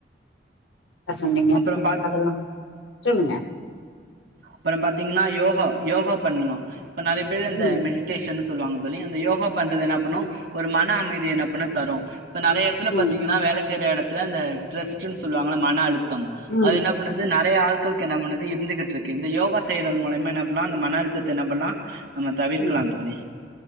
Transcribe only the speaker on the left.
அ சொன்னீங்க
அதெல்லா சொல்லுங்க
ம்
ம்
ம்
ம்